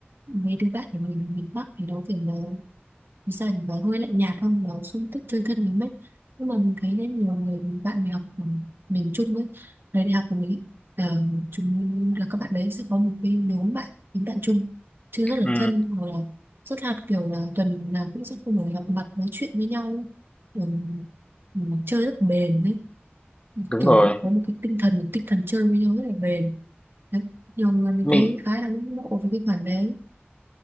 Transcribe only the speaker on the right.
mấy đứa bạn của mình ở miền Bắc thì nó kiểu là vì sao thì nó hơi lạnh nhạt không nó không thích chơi thân lắm ấy nhưng mà mình thấy đấy nhiều người mình bạn mình học ở miền Trung ấy thời đại học của mình ờ, chúng là các bạn đấy sẽ có một cái nhóm bạn những bạn chung chứ rất là
thân hoặc là rất là kiểu là tuần nào cũng sẽ không phải gặp mặt nói chuyện với nhau ấy. Ừ, ừ, chơi rất bền đấy
kiểu
họ có một cái tinh thần tinh thần chơi với nhau rất là bền đấy. nhiều người mình
thấy khá là ngưỡng mộ với cái khoản đấy